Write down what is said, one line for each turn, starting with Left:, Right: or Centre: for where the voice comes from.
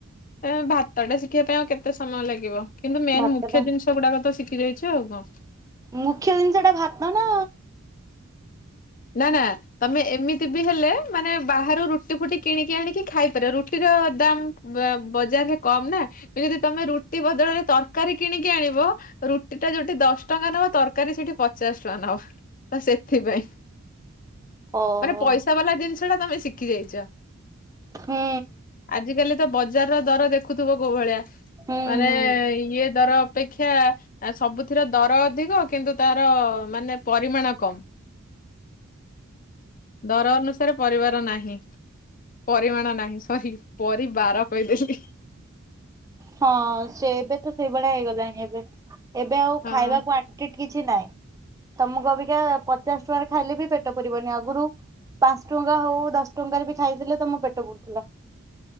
Left: ଏଁ ଭାତଟା ଶିଖିବା ପାଇଁ ଆଉ କେତେ ସମୟ ଲାଗିବ। କିନ୍ତୁ ମେନ
Right: ଭାତ
Left: ମୁଖ୍ୟ
Right: ଟା
Left: ଜିନିଷ ଗୁଡ଼ାକ ତ ଶିଖି ଯାଇଛି ଆଉ କଣ।
Right: ମୁଖ୍ୟ ଜିନିଷ ଟା ଭାତ ନା।
Left: ନା ନା। ତମେ ଏମିତି ବି ହେଲେ ମାନେ ବାହାରୁ ରୁଟି-ଫୁଟି କିଣିକି ଆଣିକି ଖାଇପାରିବ। ରୁଟିର ଦାମ ବଜାରରେ କମ୍ ନା। ଯଦି ତମେ ରୁଟି ବଦଳରେ ତରକାରୀ କିଣିକି ଆଣିବ ରୁଟି ଟା ଯୋଉଠି ଦଶ ଟଙ୍କା ନବ ତରକାରୀ ସେଠି ପଚାଶ ଟଙ୍କା ନବା ତ ସେଥିପାଇଁ।
Right: ଓହୋ
Left: ମାନେ ପଇସା ବାଲା ଜିନିଷ ଟା ତମେ ଶିଖି ଯାଇଛ।
Right: ହୁଁ
Left: ଆଜିକାଲି ତ ବ ବଜାର ର ଦର ଦେଖୁଥିବ କୋଉ ଭଳିଆ,
Right: ହୁଁ
Left: ମାନେ
Right: ହୁଁ
Left: ଇଏ ଦର ଅପେକ୍ଷା କ୍ଷା ସବୁଥିରେ ଦର ଅଧିକ କିନ୍ତୁ ତାର ମାନେ ପରିମାଣ କମ୍। ଦର ଅନୁସାରେ ପରିବାର ନାହିଁ। ପରିମାଣ ନାହିଁ ସରି ପରିବାର କହିଦେଲି।
Right: ହଁ, ସେ ଏବେ ତ ସେଇଭଳିଆ ହେଇଗଲାଣି ଏବେ। ଏବେ ଆଉ
Left: ହଁ
Right: ଖାଇବା କ୍ଵାଣ୍ଟିଟି କିଛି ନାଇଁ ତମକୁ ଅବିକା ପଚାଶ ଟଙ୍କାରେ ଖାଇଲେ ବି ପେଟ ପୁରିବନି। ଆଗରୁ ପାଞ୍ଚ ଟଙ୍କା ହଉ ଦଶ ଟଙ୍କାରେ ବି ଖାଇଲେ ତମ ପେଟ ପୁରୁଥିଲା।